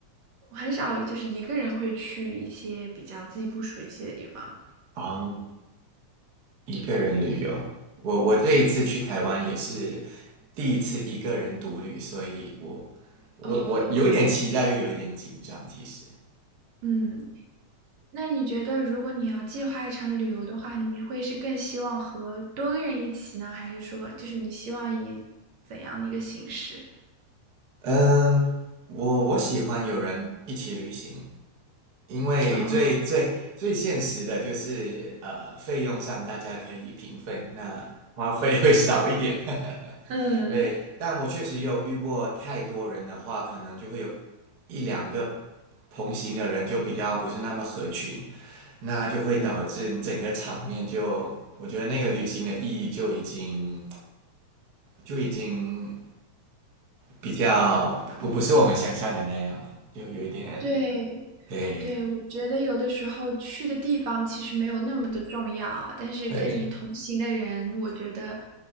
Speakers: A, on the right; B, on the right.
A: 我很少就是一个人会去一些比较自己不熟悉的地方。
B: 啊，一个人旅游，我我这一次去台湾也是第一次一个人独旅，所以我我我有点期待，
A: 哦，
B: 又有一点紧张。其实，
A: 嗯，那你觉得如果你要计划一场旅游的话，你会是更希望和多个人一起呢，还是说就是你希望以怎样的一个形式？
B: 嗯，我我喜欢有人一起旅行，因为最最最现实的就是呃，
A: 哦，
B: 费用上大家可以平分，那花费会少一点。<laughs>
A: 嗯
B: 对，但我确实有遇过太多人的话，可能就会有一两个同行的人就比较不是那么合群，那就会导致整个场面就，
A: 嗯，
B: 我觉得那个旅行的意义就已经就已经比较不不是我们想象的那样了，就有一点
A: 对，
B: 对
A: 对，我觉得有的时候去的地方其实没有那么的重要啊，但是跟你同行的人，
B: 对
A: 我觉得